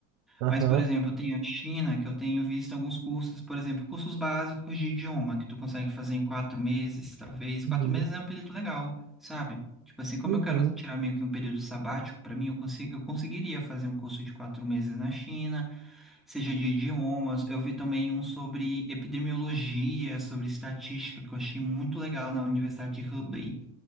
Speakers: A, on the right (about 40°); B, in the centre.
A: Aham.
B: Mas, por exemplo, tem a China, que eu tenho visto alguns cursos, por exemplo, cursos básicos de idioma, que tu consegue fazer em quatro meses, talvez. Quatro
A: Uhum.
B: meses é um período legal, sabe? Tipo assim, como
A: Uhum.
B: eu quero tirar meio que um período sabático, para mim, eu consigo, eu conseguiria fazer um curso de quatro meses na China, seja de idiomas. Eu vi também um sobre epidemiologia, sobre estatística, que eu achei muito legal na Universidade de Hubei.